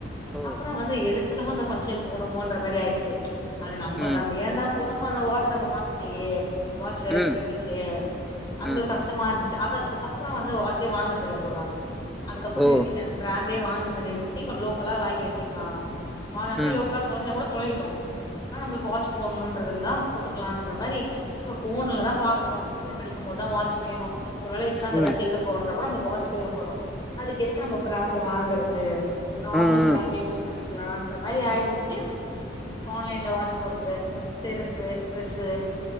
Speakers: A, in the centre; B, on the left (about 25°).
A: ஓ
B: அப்புறோ வந்து எதுக் எதுக்குதா அந்த ஃபங்க்ஷனுக் போனோமோன்ற மாரி ஆயிருச்சு அது நம்ம
A: ம்
B: நம்ம ஏந்தாம் போனோமா அந்த வாட்சு நம்ம பாத்துட்டே வாட்சு வேற
A: ம்
B: போயிடுச்சு அந்த
A: ம்
B: ஒரு கஷ்டமா
A: ம்
B: இருந்துருச்சு அத அதுக்கப்புறோ வந்து வாட்சே வாங்குறதில்ல தோழா அதுக்கப்புறோ
A: ஓ
B: நிறுத்திட்ட பிரேண்டே வாங்குற அதா நேத்தி சீப் அண்ட் லோக்கலா வாங்கி வெச் வெச்சுக்கலா வாங்கனாலுமே
A: ம்
B: லோக்கலா தொலஞ்சா கூட தொலையிட்டு ஆனா நம்மளுக்கு வாட்ச் போனுன்றதுதா போட்டுக்கலான்ற மாரி இப்ப ஃபோன்லதா பாக்குறோ ஸ்கூல் படிக்கும் போதுதா வாட்ச் வேணு ஒரு வேல எக்ஸாம்
A: ம்
B: எதாச்சி எழுத போறன்றப்போ நம்மளுக் வாட்ச் தேவப்படு அதுக்கு எதுக்கு நம்ம பிரேண்டு வாங்குறது நார்மல்
A: ம் ம்
B: பிரேண்டே யூஸ் பண்ணிக் வெச்சுக்கலான்ற மாரி ஆயியிச்சு இப்ப ஆன்லைன்ல வாட்ச் போடுறது செருப்பு டிரெஸ்ஸு